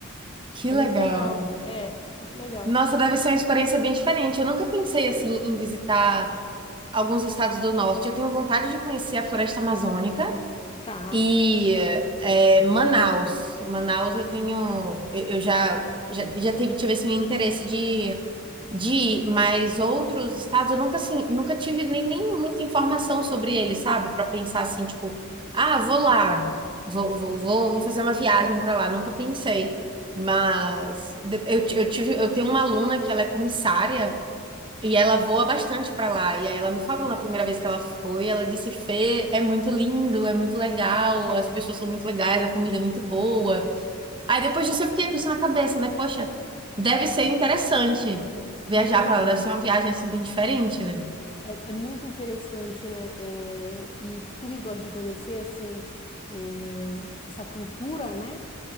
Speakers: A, on the right (about 25°); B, on the left (about 25°).
A: que
B: É
A: legal.
B: muito legal. É, muito legal.
A: Nossa, deve ser uma experiência bem diferente. Eu nunca pensei assim em visitar alguns estados do norte. Eu tenho vontade de conhecer a Floresta Amazônica
B: Tá.
A: e é, Manaus. Manaus eu tenho, eu eu já já, já tive, tive assim, o interesse de de ir, mas outros estados eu nunca assim, nunca tive nem, nem muita informação sobre eles, sabe? Para pensar assim, tipo, ah, vou lá, vou, vou, vou, vou fazer uma viagem para lá, nunca pensei. Mas de- eu, ti- eu tive, eu tenho uma aluna que ela é comissária e ela voa bastante para lá. E aí ela me falou na primeira vez que ela foi, ela disse, Fê, é muito lindo, é muito legal,
B: É.
A: as pessoas são muito legais, a comida é muito boa. Aí depois disso eu fiquei com isso na cabeça, né? Poxa, deve ser interessante viajar
B: Não.
A: pra lá, deve ser uma viagem assim bem diferente, né?
B: É, é muito interessante, né? É, e tu que gosta de conhecer, assim, é, essa cultura, né?